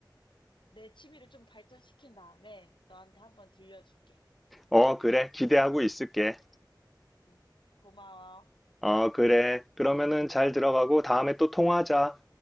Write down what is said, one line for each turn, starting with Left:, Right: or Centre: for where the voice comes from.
Left: 내 취미를 좀 발전시킨 다음에 너한테 한번 들려줄게.
Centre: 어, 그래. 기대하고 있을게.
Left: 응. 고마워.
Centre: 어, 그래. 그러면은 잘 들어가고 다음에 또 통화하자.